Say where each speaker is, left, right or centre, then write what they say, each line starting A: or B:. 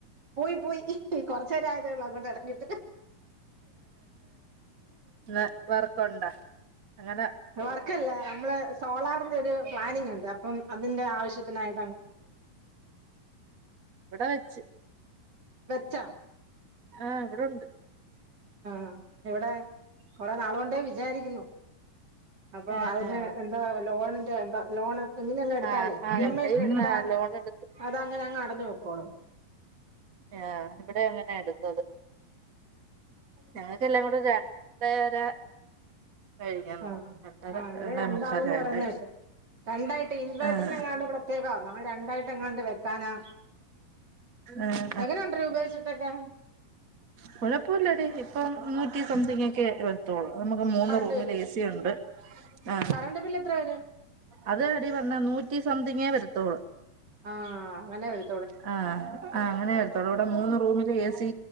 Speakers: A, on the right; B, on the right.
A: പോയി പോയ്‌ കൊറച്ചേരായതെള്ളൂ അങ്ങൊട്ടെടഞ്ഞിട്ട്.
B: ന്ന് വർക്കുണ്ടാ അങ്ങനെ?
A: വർക്കല്ലേ നമ്മള് സോളാറിന്റൊരു പ്ലാനിങ്ണ്ട് അപ്പം അതിന്റാവശ്യത്തിനായി
B: വ്ടെ വെച്ച്.
A: വെച്ച
B: ആ ഇവ്ടുണ്ട്.
A: ആ എവടേ കൊറേ നാള് കൊണ്ടേ വിജാരിക്കുന്നു. അപ്പൊ
B: ഏഹ്
A: അതിന്
B: ഏഹ്
A: എന്താ ലോണിന്റെ എന്താ ലോണ്. ഇങ്ങനെല്ലാം എടുത്താല്
B: ആഹ് ആഹ്
A: ഇയമ്മയ്ട്ടെടുത്താ
B: ഇവിടെയും ആഹ് ലോൺ എടുത്ത്
A: അതങ്ങനങ്ങടഞ്ഞു പോയ്‌ക്കോളും.
B: ആ വ്ടെ ങ്ങനെടുത്തത്. ഞങ്ങക്കെല്ലാം കൂടെ രണ്ടര കഴിഞ്ഞെന്ന്
A: ആഹ
B: തോന്നുന്നു രണ്ടര
A: ആ ഇവിടെ
B: രണ്ടേ
A: രണ്ടാവുന്ന്
B: മുക്കാലായല്ലേ
A: പറയുന്നേട്ട് രൻ രണ്ടായിട്ട് ഇൻവേർട്ട്റിനങ്ങാണ്ട്
B: ആഹ്
A: പ്രത്യേകന്നോ അതോ രണ്ടായ്ട്ടങ്ങാണ്ട് വെക്കാനാ
B: ആഹ്
A: എങ്ങനെയുണ്ട്രി ഉപയോഗിച്ചിട്ടൊക്കെ
B: കൊഴപ്പുല്ലടി ഇപ്പ മുന്നൂറ്റി സംതിങ്ങൊക്കെ വരുത്തുള്ളൂ നമുക്ക് മൂന്ന്
A: കറണ്ട്
B: റൂമില്
A: ബില്ല്
B: എ സി ഉണ്ട് ആ
A: കറണ്ട് ബില്ല് എത്ര വരും
B: അത് എടി പെണ്ണെ നൂറ്റി സംതിങ്ങേ വരത്തോളൂ
A: ആഹ അങ്ങനെ വരു
B: ആ ആ അങ്ങനൊവരുത്തുള്ളൂ ഇവടെ മൂന്ന് റൂമില് എ സി